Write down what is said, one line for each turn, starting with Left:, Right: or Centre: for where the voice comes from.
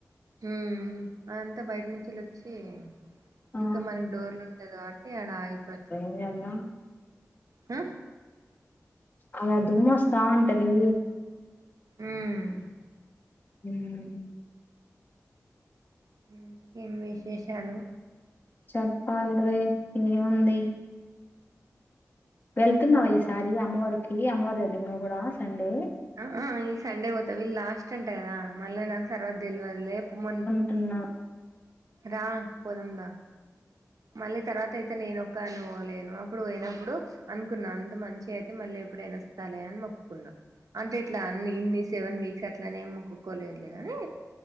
Right: హమ్ అదంతా బయట నుంచి అలా వచ్చి
Left: ఆ
Right: ఇంకా మనకు డోర్లు ఉంటాయి కాబట్టి ఆడ ఆగిపోతది
Left: ఎ అన్న
Right: హా
Left: అలా దుమ్ము వస్తా ఉంటది
Right: ఉమ్
Left: ఉమ్
Right: హమ్ ఏం విశేషాలు
Left: చెప్పాల రే ఏముంది వెళ్తున్నావు ఈసారి అమ్మవారికి అమ్మవారు వెలి నువ్వు కూడా సండే
Right: అ ఆ ఈ సండే పోతా వీళ్ళు లాస్ట్ అంట కదా మళ్ళీ నాకు తర్వాత తెలివదులే పోమన్
Left: అన్నా
Right: రా పోదాం దా మళ్ళీ తర్వాత అయితే నేను ఒక్క అను లేను అప్పుడు పోయినప్పుడు అనుకున్నా అంత మంచి అయితే మళ్ళీ ఎప్పుడైనా వస్తా లే అని మొక్కుకున్నా అంటే ఇట్లా అన్ని ఇన్ని సెవెన్ వీక్స్ అట్లన ఏం మొక్కోలేదులే గాని